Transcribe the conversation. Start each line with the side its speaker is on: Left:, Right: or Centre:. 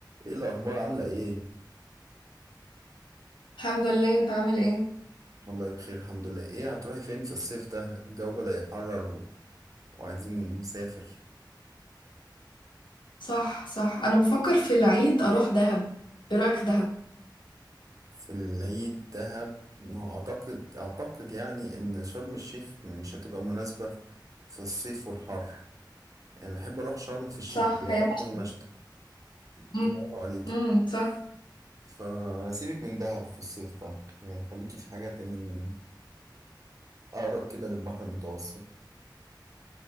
Right: ايه الاخبار عامله ايه
Left: الحمد لله انت عامل ايه
Right: والله بخير الحمد لله ايه هتروحي فين في الصيف ده الجو بدأ يحرر و... وعايزين نسافر
Left: صح صح انا بفكر في العيد اروح دهب ايه رايك في دهب
Right: في العيد دهب ما هو اعتقد اعتقد يعني ان شرم الشيخ مش هتبقى مناسبه في الصيف والحر يعني بحب اروح شرم في الشتاء
Left: صح
Right: هي
Left: هي
Right: اصلا
Left: مش
Right: مشتى برافو
Left: امم
Right: عليكي
Left: امم صح
Right: فسيبك من دهب في الصيف ده يعني خليكي في حاجه تاني اقرب كده للبحر المتوسط